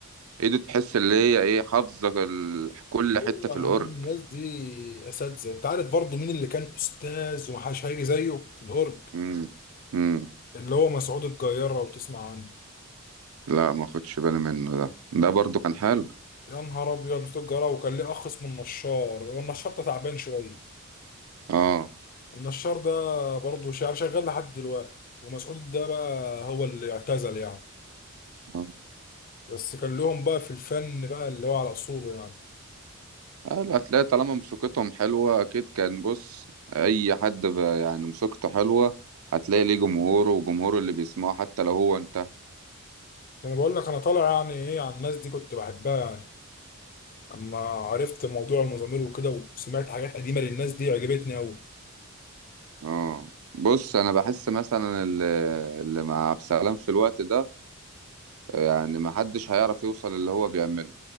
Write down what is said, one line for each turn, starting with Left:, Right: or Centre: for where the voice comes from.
Right: ايده تحس اللي هي ايه حافظة ال- كل
Left: ايوه
Right: حتة في الاورج
Left: يا عم الناس دي اساتذه انت عارف برضه مين اللي كان استاذ ومحدش هيجي زيه في الهرج
Right: امم امم
Left: اللي هو مسعود الجيار لو تسمع عنه
Right: لا ما خدش بالي منه ده ده برضو كان حلو
Left: يا نهار ابيض مسعود الجيار وكان ليه اخ اسمه النشار هو النشار ده تعبان شويه
Right: اه
Left: النشار ده برضه شعر شغال لحد دلوقتي ومسعود ده بقى هو اللي اعتزل يعني
Right: آه.
Left: بس كان لهم بقى في الفن بقى اللي هو على اصوله يعني
Right: اه الأتلية طالما مسوقتهم حلوة أكيد كان بص أي حد ب- يعني مسوقته حلوة هتلاقي ليه جمهوره وجمهوره اللي بيسمعه حتى لو هو انتهى
Left: انا بقول لك انا طالع يعني ايه على الناس دي كنت بحبها يعني اما عرفت موضوع المزامير وكده وسمعت حاجات قديمه للناس دي عجبتني قوي
Right: اه بص أنا بحس مثلا اللي, اللي مع عبد السلام في الوقت ده آه، يعني محدش هيعرف يوصل اللي هو بيعمله